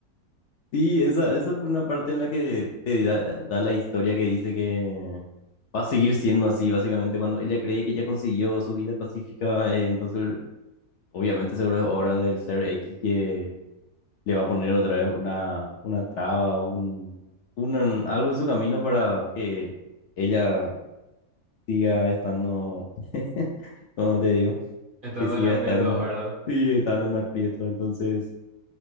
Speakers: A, on the left; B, on the right.
A: Sí, esa, esa fue una parte en la que te da, da la historia que dice que va a seguir siendo así, básicamente, cuando ella cree que ya consiguió su vida pacífica, eh, entonces obviamente seguro es obra del ser X que le va a poner otra vez una, una traba, un, un- algo en su camino para que ella siga estando, <laughs> como te digo,
B: Estando
A: que siga
B: en aprietos,
A: estando,
B: ¿verdad?
A: sí, estando en aprieto. Entonces,